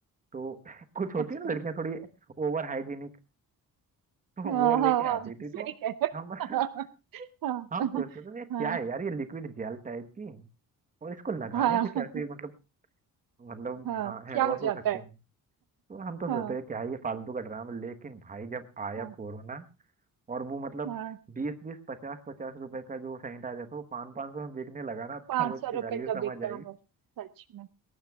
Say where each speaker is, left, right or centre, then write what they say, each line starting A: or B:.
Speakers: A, on the right (about 25°); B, on the right (about 70°).
A: तो <laughs> कुछ होती
B: अच्छा
A: है ना लड़कियां थोड़ी ओवर हाइजीनिक तो
B: हाँ
A: वो लेके
B: हाँ हाँ,
A: आती थी
B: सही
A: तो
B: कह रहे
A: हम <laughs>
B: हो। हाँ
A: हम सोचते थे ये क्या
B: हाँ
A: है यार ये लिक्विड जेल टाइप की और इसको लगाने
B: हाँ
A: से कैसे
B: हाँ
A: मतलब मतलब
B: हाँ,
A: हाँ हैंड
B: क्या
A: वॉश
B: हो
A: हो
B: जाता
A: सकते
B: है
A: हैं तो हम तो सोचते
B: हाँ
A: हैं क्या है ये फालतू का ड्रामा लेकिन भाई जब आया
B: हाँ
A: कोरोना और वो मतलब
B: हाँ
A: बीस बीस पचास पचास रुपए का जो सैनिटाइजर था वो पाँच पाँच सौ में बिकने लगा ना
B: पाँच
A: तब उसकी
B: सौ रुपए
A: वैल्यू
B: का
A: समझ
B: बिका
A: आई
B: है सच में